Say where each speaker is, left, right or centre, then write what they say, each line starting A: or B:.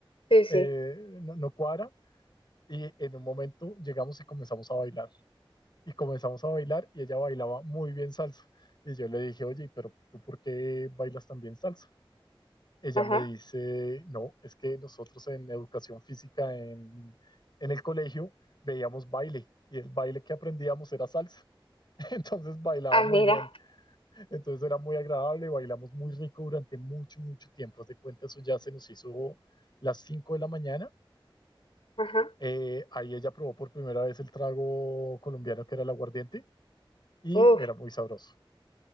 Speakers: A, on the left (about 80°); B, on the left (about 55°).
A: sí, sí.
B: eh, no, no cuadra. Y en un momento llegamos y comenzamos a bailar. Y comenzamos a bailar y ella bailaba muy bien salsa. Y yo le dije, oye, pero ¿tú por qué bailas tan bien salsa? ella
A: ajá.
B: me dice, no, es que nosotros en educación física en, en el colegio veíamos baile y el baile que aprendíamos era salsa. <laughs> Entonces bailaba
A: Ah, mira,
B: muy bien, entonces era muy agradable, bailamos muy rico durante mucho, mucho tiempo. Haz de cuenta, eso ya se nos hizo las 5 de la mañana.
A: ajá.
B: Eh, ahí ella probó por primera vez el trago colombiano que era el aguardiente y
A: Uf,
B: era muy sabroso.